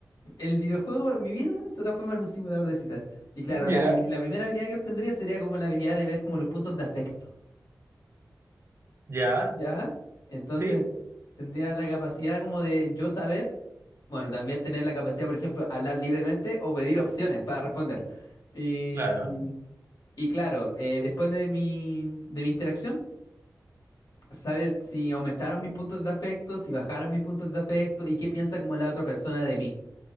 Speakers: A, on the left; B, on the right.
A: el videojuego en mi vida se transforma en un simulador de citas. Y claro,
B: ya,
A: la, habili- la primera habilidad que obtendría sería como la habilidad de ver como los puntos de afecto,
B: ya,
A: ¿ya? Entonces,
B: sí,
A: tendría la capacidad como de yo saber, bueno, también tener la capacidad, por ejemplo, hablar libremente o pedir opciones para responder. Y,
B: claro.
A: y claro, eh, después de mi, de mi interacción. saber si aumentaron mis puntos de afecto, si bajaron mis puntos de afecto y qué piensa como la otra persona de mí.